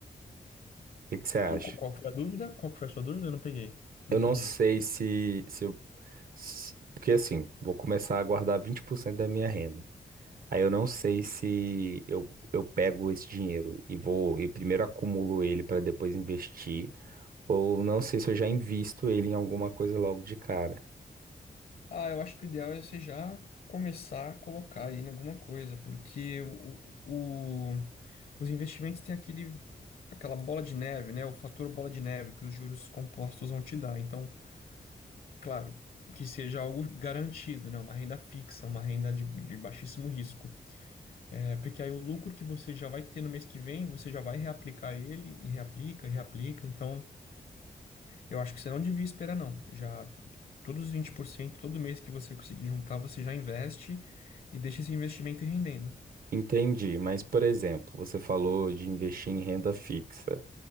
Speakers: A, on the right; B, on the left.
A: O que que você acha?
B: E qu- Qual foi a dúvida? Qual que foi a sua dúvida? Eu não peguei. Não
A: Eu
B: entendi.
A: não sei se, se eu. se- porque assim, vou começar a guardar 20% da minha renda. Aí eu não sei se eu, eu pego esse dinheiro e vou e primeiro acumulo ele para depois investir, ou não sei se eu já invisto ele em alguma coisa logo de cara.
B: Ah, eu acho que o ideal é você já começar a colocar aí em alguma coisa, porque o, o- o- os investimentos têm aquele, aquela bola de neve, né? O fator bola de neve que os juros compostos vão te dar. Então, claro, que seja algo garantido, né? Uma renda fixa, uma renda de, de baixíssimo risco. É, porque aí o lucro que você já vai ter no mês que vem, você já vai reaplicar ele e reaplica, reaplica. Então, eu acho que você não devia esperar, não. Já todos os 20% todo mês que você conseguir juntar, você já investe e deixa esse investimento ir rendendo.
A: Entendi, mas por exemplo, você falou de investir em renda fixa.